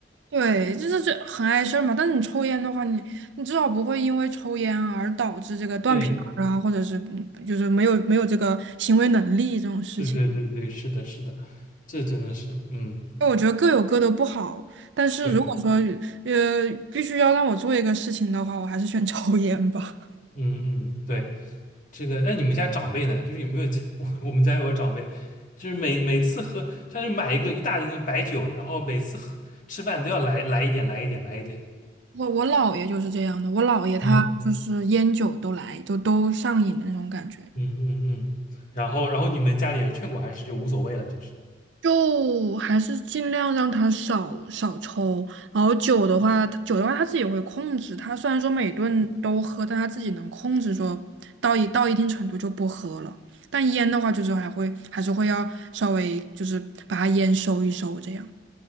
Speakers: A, on the right (about 75°); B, on the left (about 45°).
A: 对，就是这很碍事儿嘛。但是你抽烟的话，你你至少不会因为抽烟而导致这个断片儿啊，
B: 对
A: 或者是就是没有没有这个行为能力这种事情。
B: <laughs> 对对对对，是的，是的，这真的是，嗯，
A: 我觉得各有各的不好，但是如果说
B: 对，
A: 呃必须要让我做一个事情的话，我还是选 <laughs> 抽烟吧。
B: 嗯嗯对，这个那你们家长辈呢？就是有没有 <laughs> 我我们家有个长辈，就是每每次喝，他就买一个一大瓶的白酒，然后每次喝吃饭都要来来一点，来一点，来一点。
A: 我我姥爷就是这样的，我姥爷他就是烟酒都来，
B: 嗯
A: 就都上瘾的那种感觉，
B: 嗯嗯嗯，然后然后你们家里有劝过还是就无所谓了，就是。
A: 就还是尽量让他少少抽，然后酒的话，他酒的话他自己会控制，他虽然说每顿都喝，但他自己能控制说到一到一定程度就不喝了，但烟的话就是还会还是会要稍微就是把它烟收一收这样，